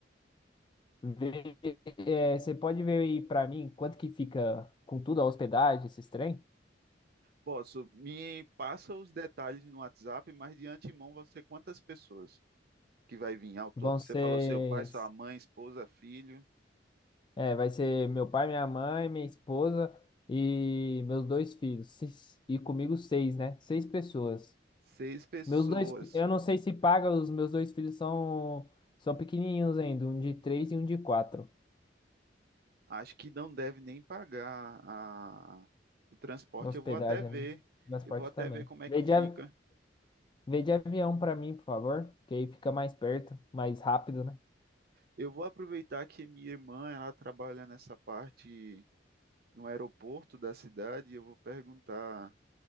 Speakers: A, on the left (about 25°); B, on the right (about 60°).
A: Vê, é, você pode ver aí pra mim quanto que fica com tudo a hospedagem, esses trem?
B: Posso, me passa os detalhes no WhatsApp, mas de antemão vão ser quantas pessoas que vai vir ao todo?
A: Vão
B: Você
A: ser,
B: falou seu pai, sua mãe, esposa, filho,
A: é, vai ser meu pai, minha mãe, minha esposa e meus dois filhos. Seis- E comigo seis, né? Seis pessoas.
B: seis pessoas.
A: Meus dois, fi- eu não sei se paga, os meus dois filhos são são pequenininhos ainda, um de três e um de quatro.
B: Acho que não deve nem pagar a- o transporte.
A: Hospedagem,
B: Eu vou até ver,
A: né? Transporte
B: eu vou até
A: também.
B: ver como é
A: Vê
B: que fica.
A: de, av- vê de avião pra mim, por favor, que aí fica mais perto, mais rápido, né?
B: Eu vou aproveitar que minha irmã, ela trabalha nessa parte no aeroporto da cidade, e eu vou perguntar,